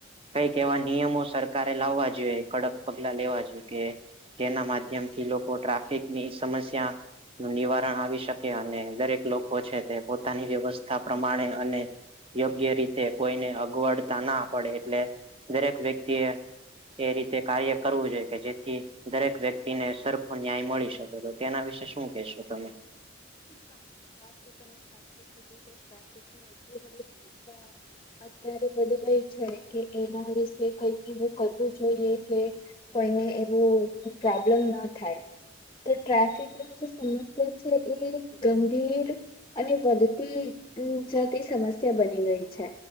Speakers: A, on the right (about 30°); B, on the left (about 25°).
A: કઈક એવા નિયમો સરકારે લાવવા જોઈએ કડક પગલા લેવા જોઈએ કે જેના માધ્યમ થી લોકો ટ્રાફિકની સમસ્યા નું નિવારણ આવી શકે અને દરેક લોકો છે તે પોતાની વ્યવસ્થા પ્રમાણે અને યોગ્ય રીતે કોઈને અગવડતા ના પડે એટલે દરેક વ્યક્તિ એ એ રીતે કાર્ય કરવું જોઈએ કે જેથી દરેક વ્યક્તિને સરખો ન્યાય મળી શકે તો તેના વિશે શું કેશો તમે
B: હા આ વાત તો તમે સાચી કીધી કે ટ્રાફિક નું એટલું બધું સમસ્યા અત્યારે બધુ ગઈ છે કે એના વિશે કઈક એવું કરવું જોઈએ કે કોઈને એવું પ્રોબ્લેમ ન થાય તો ટ્રાફિકની જે સમસ્યા છે એ ગંભીર અને વધતી જતી સમસ્યા બની ગઈ છે